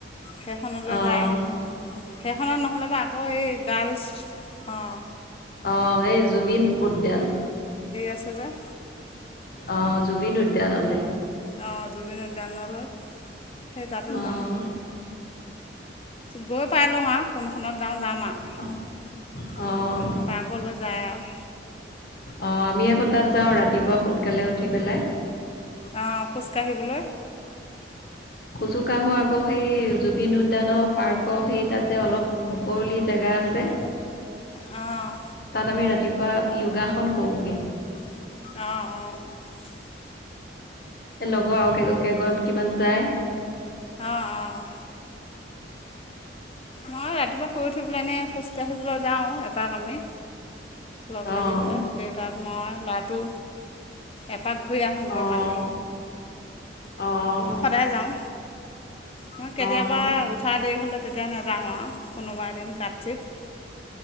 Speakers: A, on the left; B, on the left.
A: হেইখনলৈ
B: অ',
A: যায় হেইখনত নহ'লে বা আকৌ এই গাৰ্লছ অঁ
B: অহ' এই জুবিন উদ্যান
A: পাঁচ হেজাৰ
B: অ' জুবিন উদ্যানলৈ
A: অ', জুবিন উদ্যানলৈ সেই তাতো
B: অ',
A: যাম গৈ পাই লওঁ আও কোনখনত যাওঁ যাম আৰু
B: অ', অ',
A: পাৰ্কলৈ যায় আৰু
B: অ', আমি আকৌ তাত যাওঁ ৰাতিপুৱা সোনকালে উঠি পেলাই
A: অ', খোজ কাঢ়িবলৈ
B: খোজো কাঢ়ো আকৌ সেই জুবিন উদ্যানৰ পাৰ্কৰ সেই তাতে অলপ মুকলি জেগা আছে
A: অ',
B: তাত আমি ৰাতিপুৱা যোগাসন কৰোগে
A: অ', - অ',
B: লগৰ আও কেই কেইগৰাকী কিমান যায়
A: অ', - অ', মই ৰাতিপুৱা শুই উঠি এনে খোজ কাঢ়িবলৈ যাও এপাক আমি লগ
B: অ',
A: লাগি পেলাই দেউতাক, মই, ল'ৰাটো এপাক ঘূৰি আহোঁগৈ
B: অ', অ',
A: মানে
B: অ',
A: সদায় যাওঁ মই কেতিয়াবা
B: অ',
A: উঠা দেৰি হ'লে তেতিয়া নাযাও আৰু কোনোবা এদিন কাট ঠিক